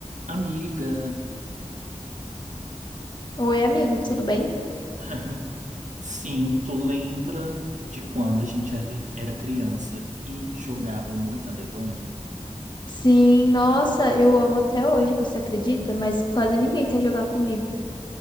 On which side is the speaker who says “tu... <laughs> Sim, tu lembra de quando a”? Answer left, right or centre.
Right